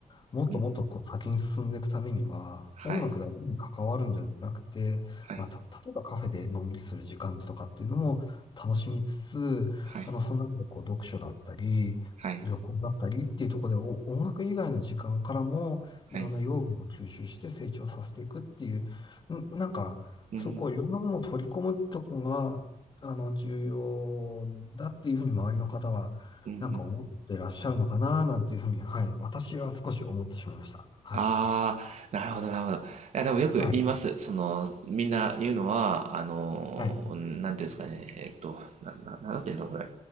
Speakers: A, on the left (about 35°); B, on the right (about 60°).
A: もっともっとこう先に進んでいくためには、
B: うん。はい。
A: 音楽だけに関わるんじゃなくて、
B: はい。
A: まあ、た、例えばカフェでのんびりする時間とかっていうのも楽しみつつ、
B: はい。
A: あの、その中でこう読書だったり、
B: はい。
A: 旅行だったりっていうところでお音楽以外の時間からもいろんな養分を吸収して成長させていくっていう、
B: はい。
A: んなんか、
B: うん。
A: そうこういろんなものを取り込むとこがあの、重要だっていうふうに周りの方は、
B: うん。うん
A: なんか思ってらっしゃるのかな、なんていうふうに、はい。私は少し思ってしまいました。はい。
B: ああ、なるほど、なるほど。いや、でもよく言います。
A: はい。
B: その、みんな言うのは、あの、
A: はい。
B: なんていうんですかね、えっと、な、な、なんていうんだろう、これ。